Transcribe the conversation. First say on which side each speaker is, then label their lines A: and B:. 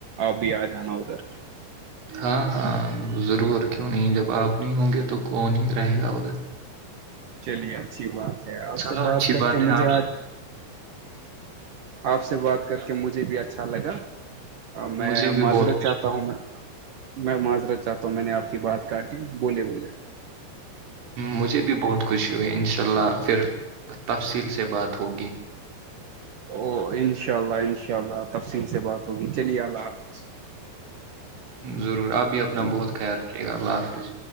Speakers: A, on the right; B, on the right.
A: آپ بھی آ جانا ادھر
B: ہاں ہاں ضرور کیوں نہیں جب آپ نہیں ہوں گے تو کون ہی رہے گا ادھر
A: چلیے اچھی بات ہے آپ
B: چلو
A: سے بات
B: اچھی
A: کر کے
B: ہے
A: مجھے
B: آپ سے
A: آج آپ سے بات کر کے مجھے بھی اچھا لگا میں
B: مجھے بھی
A: معذرت
B: بہت خوش
A: چاہتا ہوں میں میں معذرت چاہتا ہوں میں نے آپ کی بات کاٹی بولے بولے
B: مجھے بھی بہت خوشی ہوئی ان شاء اللہ پھر تفصیل سے بات ہوگی
A: او انشاء اللہ انشاء اللہ تفصیل سے بات ہوگی چلیے اللہ حافظ
B: ضرور آپ بھی اپنا بہت خیال رکھیے گا اللہ حافظ